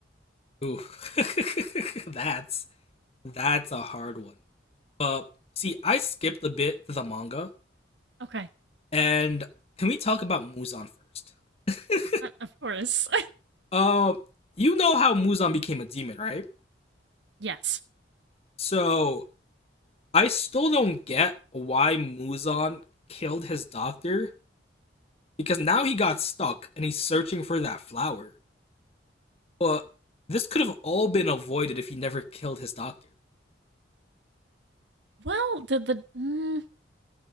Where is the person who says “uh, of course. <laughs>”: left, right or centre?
Right